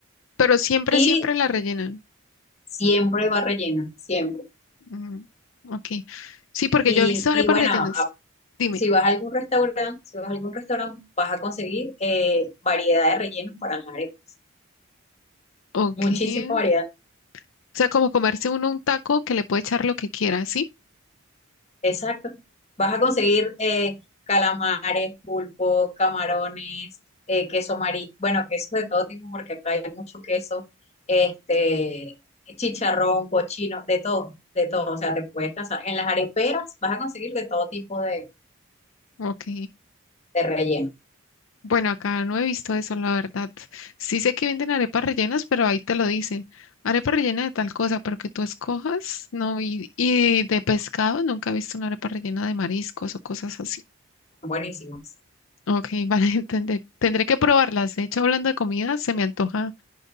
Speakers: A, on the left; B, on the left.
A: Pero siempre,
B: Y
A: siempre la rellenan.
B: siempre va rellena, siempre.
A: Mm, ok. Sí, porque
B: Y,
A: yo he visto arepas
B: y bueno,
A: rellenas. Dime,
B: si vas a algún restaurante, si vas a algún restaurante, vas a conseguir eh, variedad de rellenos para las arepas.
A: ok.
B: Muchísima variedad.
A: O sea, como comerse uno un taco que le puede echar lo que quiera, ¿sí?
B: Exacto. Vas a conseguir eh, calamares, pulpo, camarones, eh, queso amarillo, bueno, queso de todo tipo, porque acá hay mucho queso, este, chicharrón, cochino, de todo, de todo. O sea, te puedes casar. En las areperas vas a conseguir de todo tipo de,
A: Ok.
B: de rellenos.
A: Bueno, acá no he visto eso, la verdad. Sí sé que venden arepas rellenas, pero ahí te lo dicen. Arepa rellena de tal cosa, pero que tú escojas, no. Y, y de pescado, nunca he visto una arepa rellena de mariscos o cosas así.
B: Buenísimos.
A: Ok, <laughs> vale, tendré, tendré que probarlas. De hecho, hablando de comida, se me antoja